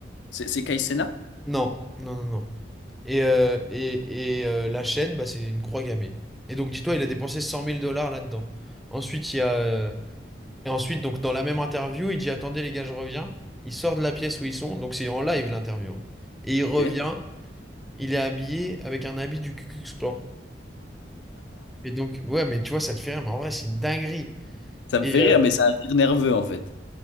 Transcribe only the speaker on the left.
C'est c'est Kai Cenat
Ok.
Ça me
fait
rire, mais c'est un rire nerveux, en fait.